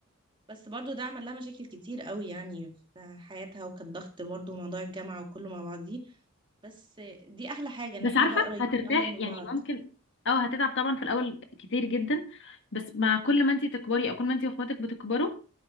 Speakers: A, on the right; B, on the left.
A: بس برضو ده عمل لها مشاكل كتير قوي يعني في حياتها وكان ضغط برضو موضوع الجامعه وكله مع بعضيه بس دي احلى حاجه ان
B: بس
A: احنا
B: عارفه
A: بقى قريبين
B: هترتاح
A: قوي من
B: يعني
A: بعض
B: ممكن او هتتعب طبعا في الاول كتير جدا بس مع كل ما انت تكبري او كل ما انت واخواتك بتكبروا